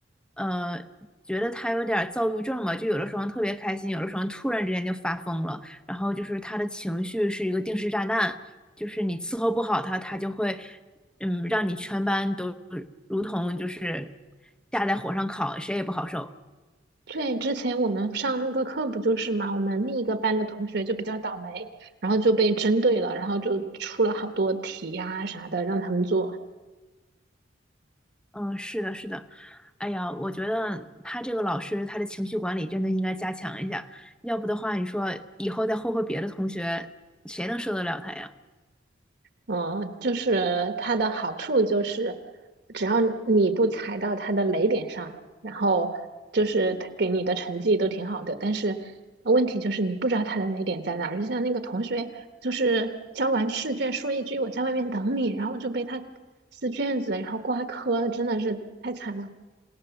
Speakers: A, in the centre; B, on the right.
A: 呃，觉得他有点儿躁郁症嘛，就有的时候特别开心，有的时候突然之间就发疯了，然后就是他的情绪是一个定时炸弹，就是你伺候不好他，他就会，嗯，让你全班都如同就是架在火上烤，谁也不好受。
B: 对，之前我们上那个课不就是嘛，我们另一个班的同学就比较倒霉，然后就被针对了，然后就出了好多题呀、啥的让他们做。
A: 嗯，是的，是的，哎呀，我觉得他这个老师他的情绪管理真的应该加强一下，要不的话，你说以后再霍霍别的同学，谁能受得了他呀？
B: 嗯，就是它的好处就是，只要你不踩到它的雷点上，然后就是它给你的成绩都挺好的。但是问题就是你不知道它的雷点在哪儿。就像那个同学，就是交完试卷说一句“我在外面等你”，然后就被他撕卷子，然后挂科，真的是太惨了。